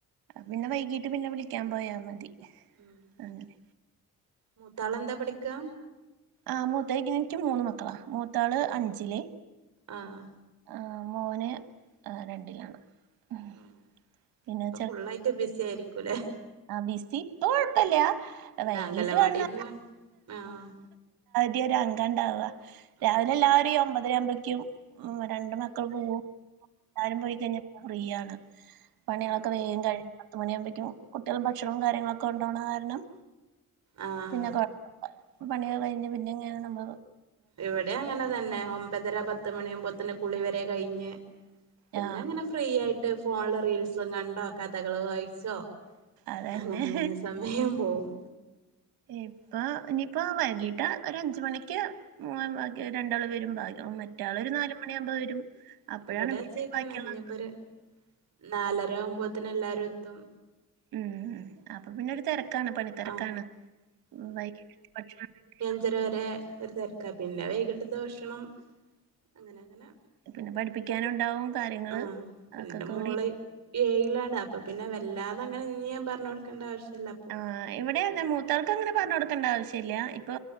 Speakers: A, on the right; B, on the right.
A: പിന്നെ വൈകീട്ട് പിന്നെ വിളിക്ക്യാൻ പോയാ മതി.
B: ഉം
A: അങ്ങനെ
B: മൂത്താളെന്താ പഠിക്കാ.
A: ആഹ് മൂത്തേക്കിനക്ക് മൂന്ന് മക്കളാ മൂത്താള്
B: ആഹ്
A: അഞ്ചില്
B: ആഹ്
A: ആഹ് മോന് രണ്ടിലാണ് ഉം.
B: മ്
A: പിന്നെ
B: അപ്പം ഫുള്ളായിട്ട് ബിസി ആയിരിക്കുംല്ലെ
A: ആഹ് ബിസി ഇപ്പൊ കൊഴപ്പല്ല
B: അല്ല
A: വൈകീട്ട്
B: അംഗലവാടി
A: വന്നാൽ
B: പോവാൻ ആഹ്
A: എല്ലാവർടെയും ഒരു അങ്കം ഇണ്ടാവാ
B: ഉം
A: രാവിലെ എല്ലാവരും ഈ ഒമ്പതര ആവുമ്പഴേക്കും മ് രണ്ട് മക്കൾ പോവും എല്ലാരും പോയി കഴിഞ്ഞാ ഫ്രീയാണ് പണികളൊക്കെ
B: ആഹ്
A: വേം കഴിഞ്ഞ പത്ത് മണിയാവുമ്പഴേക്കും കുട്ടികൾ ഭക്ഷണവും കാര്യങ്ങളൊക്കെ കോണ്ടോവണ കാരണം
B: ആഹ്
A: പിന്നെ പണിയൊക്കെ കഴിഞ്ഞ് പിന്നെ ഇങ്ങെ നമ്മ
B: ഇവിടെ അങ്ങനെ തന്നെ ഒമ്പതര പത്ത് മണിയാകുമ്പോത്തിന് കുളി വരെ കഴിഞ്ഞ് പിന്നെങ്ങനെ
A: ആ
B: ഫ്രീയായ്ട്ട് ഫോണില് റീൽസും കണ്ടോ കഥകൾ വായിച്ചോ.
A: അതന്നെ.
B: അങ്ങനങ്ങനെ സമയം പോവും.
A: ഇപ്പൊ ഇനിയിപ്പോ വൈകീട്ട് ഒര് അഞ്ച് മണിക്ക് മോൻ ബാക്കി രണ്ടാള് വരും ഭാഗ്യ മറ്റാൾ ഒരു നാലുമണിയാവുമ്പം വരും അപ്പോഴാണ്
B: ഇവിടെച്ചേക്കന്നെ
A: പിന്നെ ബാക്കിയുള്ള
B: ഇഞ്ഞ്പ്പോര് നാലര ആവുമ്പോത്തിന് എല്ലാരും എത്തും
A: മ് മ് അപ്പൊ പിന്നെ ഒരു തെരക്കാണ് പണി തെരക്കാണ്
B: ആഹ്
A: വൈകിട്ടത്തെ ഭക്ഷണണ്ടക്ക
B: രാത്രി വരെ ഒരു തിരക്ക പിന്നെ വൈകിട്ടത്തെ ഭക്ഷണം അങ്ങനെ അങ്ങനെ
A: പിന്നെ പഠിപ്പിക്കാനുണ്ടാവും കാര്യങ്ങള്
B: ആഹ് ഇപ്പിന്റെ
A: അതൊക്കെ കൂടി
B: മോള് ഏയിലാണ് അപ്പൊ പിന്നെ വല്ലാതെങ്ങനെ ഇഞ്ഞീ ഞാൻ പറഞ്ഞ് കൊടുക്കണ്ട ആവശ്യല്ല അപ്പോള്
A: ആഹ് ഇവിടെ അതെ
B: ഓൾതൊക്കെ
A: മൂത്താൾക്ക് അങ്ങനെ പറഞ്ഞു കൊടുക്കണ്ട ആവശ്യല്ല ഇപ്പൊ